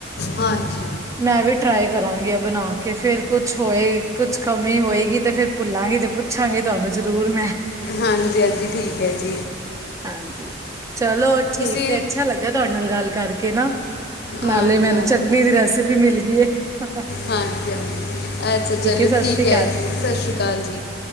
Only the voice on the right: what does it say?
ਮੈਂ ਵੀ ਟਰਾਈ ਕਰਾਂਗੀ, ਆ ਬਣਾ ਕੇ, ਫੇਰ ਕੁਛ ਹੋਏ, ਕੁਛ ਕਮੀ ਹੋਏਗੀ, ਤੇ ਫੇਰ ਭੁੱਲਾਂਗੀ ਤੇ ਪੁੱਛਾਂਗੀ, ਤੁਹਾਨੂੰ ਜ਼ਰੂਰ ਮੈਂ।
ਹਾਂਜੀ, ਚਲੋ ਠੀਕ
ਹੈ, ਅੱਛਾ, ਲੱਗਿਆ ਤੁਹਾਡੇ ਨਾਲ ਗੱਲ ਕਰਕੇ ਨਾ
ਨਾਲੇ, ਮੈਨੂੰ
ਚਟਨੀ ਦੀ ਰੈਸਪੀ ਮਿਲ ਗਈ ਹੈ।
ਸਤਿ
ਸ੍ਰੀ